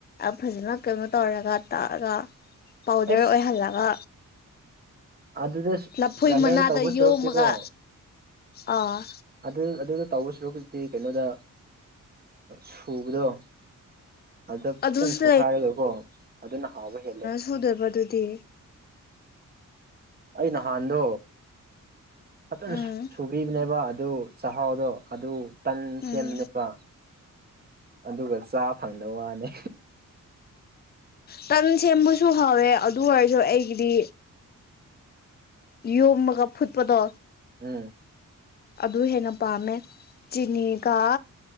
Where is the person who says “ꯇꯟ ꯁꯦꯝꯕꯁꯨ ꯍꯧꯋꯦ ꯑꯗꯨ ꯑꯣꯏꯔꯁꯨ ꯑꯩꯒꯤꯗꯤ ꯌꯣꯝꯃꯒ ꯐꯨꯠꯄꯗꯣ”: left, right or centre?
Left